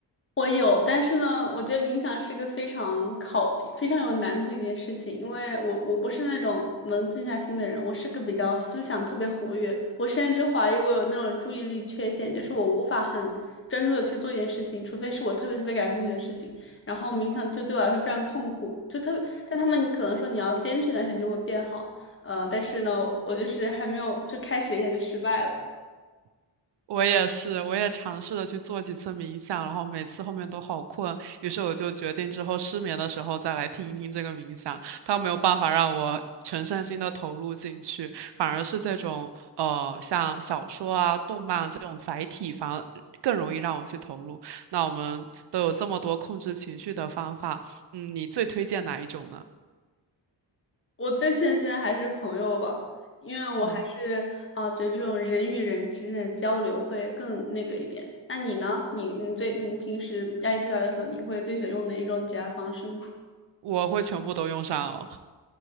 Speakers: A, on the left (about 30°); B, on the right (about 65°).
A: 我有，但是呢，我觉得冥想是个非常考、非常有难度的一件事情，因为我我不是那种能静下心的人，我是个比较思想特别活跃，我甚至怀疑我有那种注意力缺陷，就是我无法很专注的去做一件事情，除非是我特别特别感兴趣的事情，然后冥想就对我来说非常痛苦，就特别，但他们可能说你要坚持一段时间就会变好，呃，但是呢，我就是还没有就开始了一下就失败了。
B: 我也是，我也尝试了去做几次冥想，然后每次后面都好困，于是我就决定之后失眠的时候再来听一听这个冥想。它没有办法让我全身心的投入进去，反而是这种呃像小说啊、动漫啊这种载体，反而更容易让我去投入。那我们都有这么多控制情绪的方法，嗯，你最推荐哪一种呢？
A: 我最亲近的还是朋友吧，因为我还是啊、
B: 嗯。
A: 觉得这种人与人之间的交流会更那个一点。那你呢？你你最你平时压力最大的时候，你会最喜欢用哪一种解压方式呢？
B: 我会全部都用上哦，